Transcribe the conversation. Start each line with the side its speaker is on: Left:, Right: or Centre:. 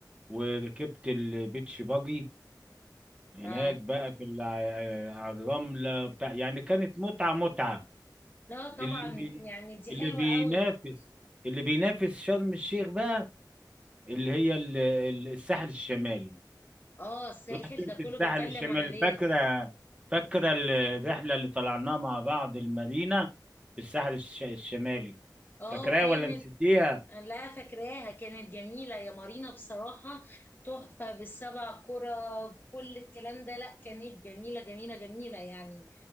Right: وركبت البيتش باجي هناك
Left: اه
Right: بقى في الع- آه، على الرملة بتاع يعني كانت متعة متعة
Left: لا طبعا
Right: اللي بي
Left: يعني دي
Right: اللي
Left: حلوة
Right: بينافس
Left: قوي
Right: اللي بينافس شرم الشيخ بقى اللي هي ال- ال- الساحل الشمالي
Left: اه الساحل
Right: رحت انت
Left: ده
Right: الساحل
Left: كله بيتكلم
Right: الشمالي
Left: عليه
Right: فاكرة فاكرة الرحلة اللي طلعناها مع بعض المارينا في الساحل الش- الشمالي
Left: اه
Right: فاكراها
Left: كانت
Right: ولا نسيتيها
Left: لا فاكراها كانت جميلة يا مارينا بصراحة تحفة بالسبع كرة كل الكلام ده لا كانت جميلة جميلة جميلة يعني